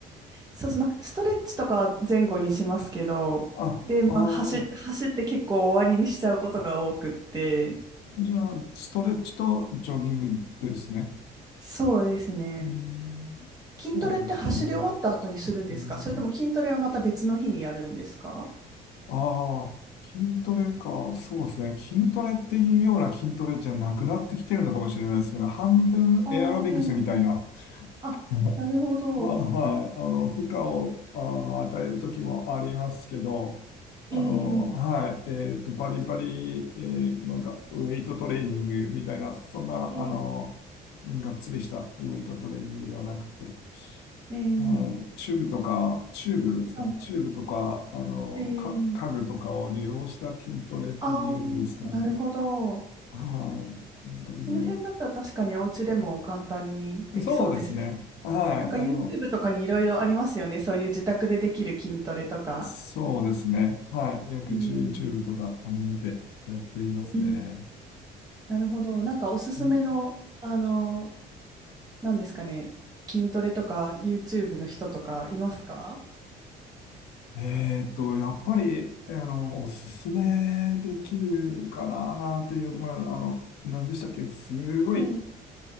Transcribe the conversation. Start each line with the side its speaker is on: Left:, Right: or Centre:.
Right: そうです。まあ、ストレッチとかは前後にしますけど、
Left: あ、
Right: で、まあ、
Left: あ
Right: 走、走って結構終わりにしちゃうことが多くって、
Left: あ、じゃあ、ストレッチとジョギングですね。
Right: そうですね。
Left: うーん、そうなんですね。
Right: 筋トレって走り終わった後にするんですかそれとも筋トレはまた別の日にやるんですか
Left: うん、ああ、筋トレか。そうですね。筋トレっていうような筋トレじゃなくなってきてるのかもしれないですけど、半分エアロビクスみたいな。
Right: あーええあ、
Left: <laughs>
Right: なるほど。
Left: あ、はい。あの、負荷を、あ、与える時もありますけど、あの、
Right: ええ
Left: はい。えっと、バリバリ、えーなんか、ウェイトトレーニングみたいな、そんな、
Right: ええ
Left: あの、がっつりしたウェイトトレーニングではなくて、
Right: ええ
Left: あの、チューブとか、チューブですか、
Right: はい
Left: チューブとか、あの、
Right: ええ
Left: か、家具とかを利用した筋トレっていうんですかね。
Right: ああー、なるほど。
Left: はい。なんかいろいろ。
Right: その辺だったら確かにお家でも簡単にできそうですし、
Left: そうですね。はい。
Right: なんか
Left: あの、
Right: YouTube とかにいろいろありますよね。そういう自宅でできる筋トレとか。
Left: そうですね。はい。約
Right: うん。
Left: YouTube とか、あの、見てやっていますね。
Right: うんなるほど。なんかおすすめの、
Left: うん
Right: あの、なんですかね、筋トレとか YouTube の人とかいますか
Left: えーっと、やっぱり、あの、おすすめできるかなっていうところ、あの、何でしたっけすごい、
Right: え